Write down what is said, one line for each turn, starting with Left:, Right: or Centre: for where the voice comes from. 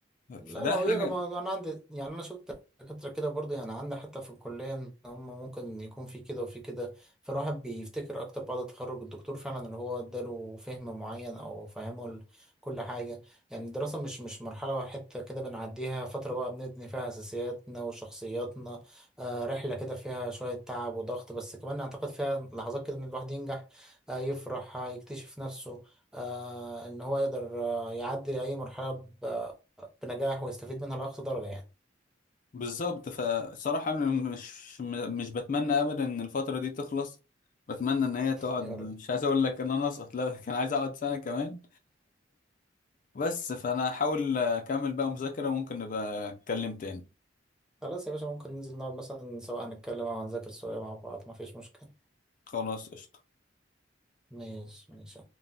Centre: لا
Left: فده
Centre: ما هو
Left: حاجه
Centre: يقرا ما انا عندي يعني انا شفت دكاترة كده برضه يعني عندي حتى في الكلية ان هم ممكن يكون في كده وفي كده فالواحد بيفتكر اكتر بعد التخرج الدكتور فعلا اللي هو اداله فهم معين او فهمه ال- كل حاجة يعني الدراسة مش مش مرحلة واحدة كده بنعديها فترة بقى بنبني فيها اساسياتنا وشخصياتنا آه رحلة كده فيها شوية تعب وضغط بس كمان اعتقد فيها لحظات كده ان الواحد ينجح آه يفرح آه يكتشف نفسه آه ان هو يقدر آه يعدي اي مرحلة بنجاح ويستفيد منها لأقصى درجة يعني
Left: بالظبط فصراحة أنا مش مش بتمنى أبدا إن الفترة دي تخلص بتمنى إن هي تقعد
Centre: يا رب
Left: مش عايز أقول لك إن أنا أسقط لا كان عايز أقعد سنة كمان بس فأنا هحاول أكمل بقى مذاكرة وممكن نبقى أتكلم تاني
Centre: خلاص يا باشا ممكن ننزل نقعد مثلا سواء هنتكلم أو هنذاكر سوا مع بعض مفيش مشكلة
Left: خلاص قشطة
Centre: ماشي ماشي